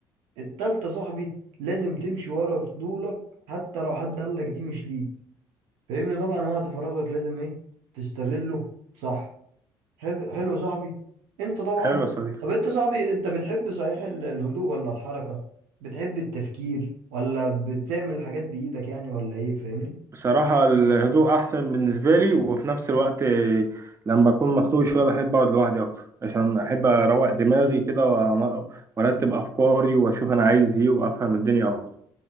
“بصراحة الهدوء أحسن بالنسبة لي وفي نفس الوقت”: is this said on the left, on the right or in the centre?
Right